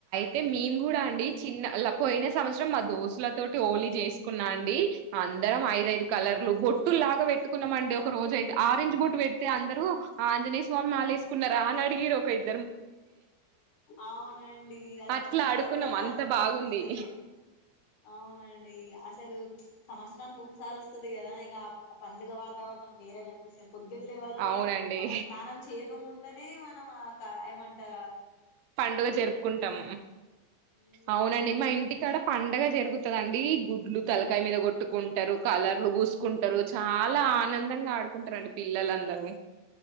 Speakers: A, on the right; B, on the left.
A: అయితే మేము కూడా అండి చిన్న పోయిన సంవత్సరం మా దోస్తుల తటి హోళీ చేసుకున్నా అండి అందరం ఐదఐదు కలర్లు బొట్టులు లాగా పెట్టుకున్నాం అండి ఒక రోజు అయితే ఆరెంజ్ బొట్టు పెడితే అందరుూ ఆంజనేయ స్వామి మాలా లేసుకున్నారా నడిగి రొకైంది
B: అవునండి అది
A: అట్లా
B: చూసినప్పుడల్లా
A: ఆడుకున్నాం అంత
B: అంతే
A: బాగుంది
B: అనిపిస్తుది అవునండి అస్ సలు సంవత్సరానికి ఒకసారి వస్తుది కదా ఇగ ఆ పండుగ వాతావరణం వేరేగా అనిపిస్స పొద్దున లేవాలని
A: అవునండి
B: మనం స్నానం చేయక మున్ దనే మనం ఆ కా ఏమంటా
A: పండుగ జరుపుకుంటాం
B: ఉమ్
A: అవునండి మా ఇంటికాడ పం డగా జరుగుతుదండి గుడ్లు తలకాయ మీద కొట్టుకుంటరు, కలర్లు పూసుకుంటరు చాలా ఆనందంగా ఆడుకుంటారండి పిల్లలందరూ.